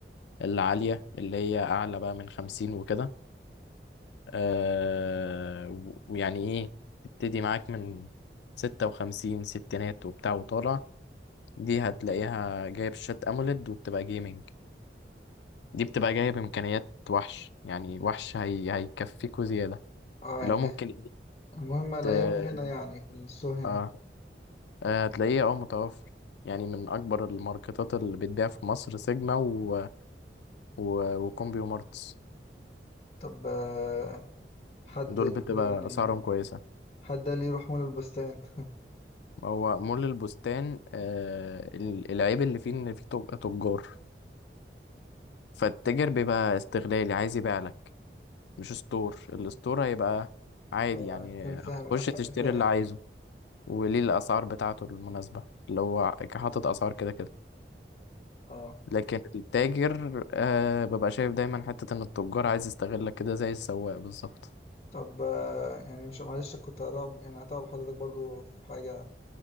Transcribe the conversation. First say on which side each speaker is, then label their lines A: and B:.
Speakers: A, on the left (about 80°); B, on the left (about 35°).
A: العالية اللي هي اعلى بقى من خمسين وكده آه... و- ويعني ايه تبتدي معاك من ستة وخمسين ستينات وبتاع وطالع دي هتلاقيها جاية بشاشات أموليد وبتبقى جيمنج دي بتبقى جاية بإمكانيات وحش يعني وحش هي... هيكفيكوا زيادة
B: اه
A: لو
B: يعني
A: ممكن إيه
B: المهم الاقيهم
A: ت-
B: هنا يعني في السوق هنا
A: آه آه، هتلاقيه اه متوفر يعني من أكبر الماركتات اللي بتبيع في مصر سيجما و... و... وكومبيو مارتس
B: طب آه، حد
A: دول
B: قال
A: بتبقى
B: لي يعني
A: أسعارهم كويسة
B: حد قال لي روح مول البستان <laughs>
A: هو مول البستان آه ال- العيب اللي فيه إن فيه تج- تجار فالتاجر بيبقى استغلالي عايز يبيع مش ستور الستور هيبقى عادي
B: اه
A: يعني
B: يكون
A: هتخش
B: فاهم حد
A: تشتري
B: فاهم
A: اللي عايزه وليه الأسعار بتاعته المناسبة اللي هو حاطط أسعار كده كده
B: اه
A: لكن التاجر آه ببقى شايف دايما حتة إن التجار عايز يستغلك كده زي السواق بالظبط
B: طب آه، يعني مش معلش كنت هتعب يعني هتعب حضرتك برضو في حاجة